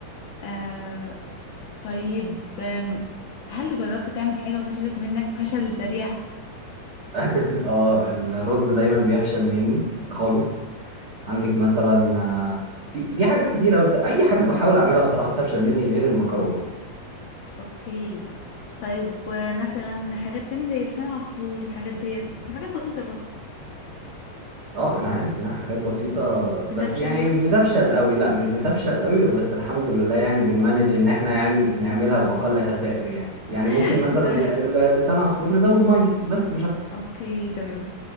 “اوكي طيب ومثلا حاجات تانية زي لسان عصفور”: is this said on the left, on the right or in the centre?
Left